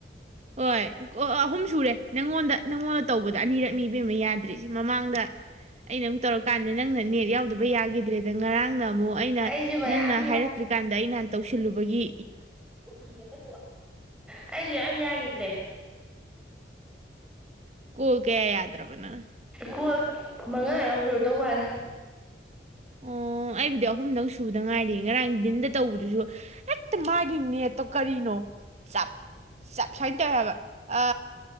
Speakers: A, on the right; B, in the centre.
A: ꯍꯣꯏ ꯑꯣ ꯑꯍꯨꯝ ꯁꯨꯔꯦ ꯅꯪꯉꯣꯟꯗ ꯅꯪꯉꯣꯟꯗ ꯇꯧꯕꯗ ꯑꯅꯤꯔꯛ ꯅꯤꯕ ꯑꯃ ꯌꯥꯗ꯭ꯔꯤꯁꯦ ꯃꯃꯥꯡꯗ ꯑꯩꯅ ꯑꯃꯨꯛ ꯇꯧꯔꯀꯥꯟꯗ ꯅꯪꯅ ꯅꯦꯠ ꯌꯥꯎꯗꯕ ꯌꯥꯈꯤꯗ꯭ꯔꯦꯗ ꯉꯔꯥꯡꯅ ꯑꯃꯨꯛ ꯑꯩꯅ
B: ꯑꯩꯁꯨ ꯃꯌꯥꯝ
A: ꯅꯪꯅ ꯍꯥꯏꯔꯛꯇ꯭ꯔꯤꯀꯥꯟꯗ ꯑꯩ ꯅꯍꯥꯟ ꯇꯧꯁꯤ ꯊꯤꯜꯂꯨꯕꯒꯤ
B: ꯎꯔ ꯊ ꯑꯩ ꯌꯥꯈꯤꯗ꯭ꯔꯦ
A: ꯀꯣꯜ ꯀꯌꯥ ꯌꯥꯗ꯭ꯔꯕ ꯅꯪ
B: ꯀꯣ ꯃꯉꯥ ꯂꯧꯖꯨꯔꯗꯧ ꯋꯥꯂꯦ
A: ꯑꯣ ꯑꯩꯕꯨꯗꯤ ꯑꯍꯨꯝꯗꯪ ꯁꯨꯕꯗ ꯉꯥꯏꯔꯤ ꯉꯔꯥꯡ ꯗꯤꯟꯗ ꯇꯧꯕꯗꯨꯁꯨ ꯍꯦꯛꯇ ꯃꯥꯒꯤ ꯅꯦꯠꯇꯣ ꯀꯔꯤꯅꯣ ꯆꯞ ꯆꯞ ꯁꯨꯃꯥꯏꯅ ꯇꯧꯋꯦ ꯍꯥꯏꯕ ꯑ